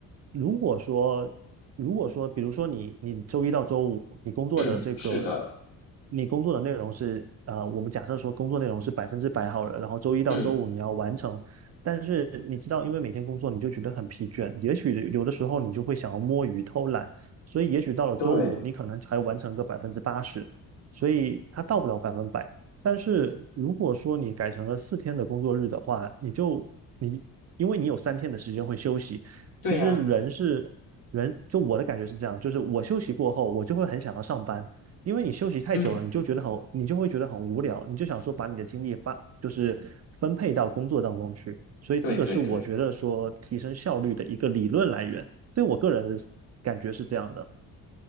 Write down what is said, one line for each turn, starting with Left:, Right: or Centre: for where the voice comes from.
Right: 如果说，如果说，比如说你你周一到周五你工作的这个，
Left: 嗯，是的，
Right: 你工作的内容是呃，我们假设说工作内容是百分之百好了，然后周一到周五你要完成。
Left: 嗯，
Right: 但是你知道，因为每天工作你就觉得很疲倦，也许有的时候你就会想要摸鱼偷懒，所以也许到了周五你可能才完成个百分之八十，
Left: 对
Right: 所以它到不了百分百。但是如果说你改成了四天的工作日的话，你就你因为你有三天的时间会休息，
Left: 对呀，
Right: 其实人是人，就我的感觉是这样，就是我休息过后，我就会很想要上班，因为你休息太久了，
Left: 嗯，
Right: 你就觉得很你就会觉得很无聊，你就想说把你的精力发就是分配到工作当中去，所以这个是我觉得说提升效率的一个理论来源，
Left: 对对对，
Right: 对我个人的感觉是这样的。